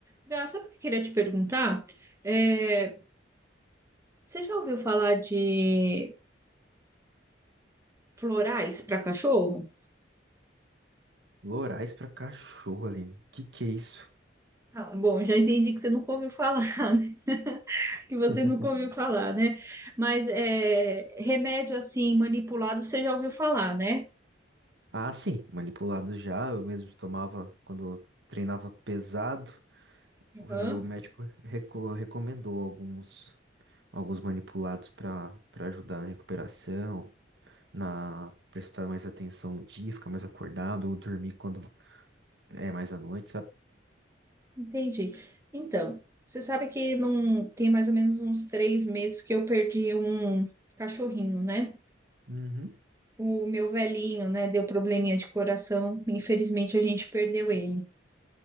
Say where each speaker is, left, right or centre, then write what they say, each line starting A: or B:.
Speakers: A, on the right; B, on the right.
A: Gá, sabe o que eu queria te perguntar? É, você já ouviu falar de florais para cachorro?
B: Lorais pra cachorro, Aline. Que que é isso?
A: Ah, bom, já entendi que você nunca ouviu falar, <laughs> né? Que você
B: <laughs>
A: nunca ouviu falar, né? Mas é, remédio assim manipulado você já ouviu falar, né?
B: Ah, sim, manipulado já. Eu mesmo tomava quando eu treinava pesado. O
A: Aham,
B: o médico reco- recomendou alguns, alguns manipulados para para ajudar na recuperação, na prestar mais atenção no dia, ficar mais acordado, ou dormir quando é mais à noite, sabe?
A: entendi. Então, você sabe que não tem mais ou menos uns três meses que eu perdi um cachorrinho, né?
B: Uhum.
A: O meu velhinho, né? Deu probleminha de coração. Infelizmente, a gente perdeu ele.